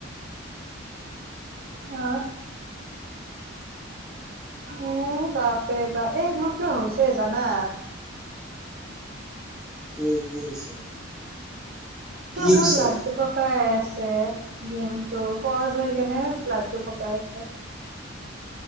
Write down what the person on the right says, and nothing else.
অ। উম, বাপৰে বাপ এই মোৰ কিয় হৈছে জানা?
ক
বহুত
লাডডু পকাই আছ তে গিম টো পজ হৈ কেনে ব্লাডটো পকাই আছে।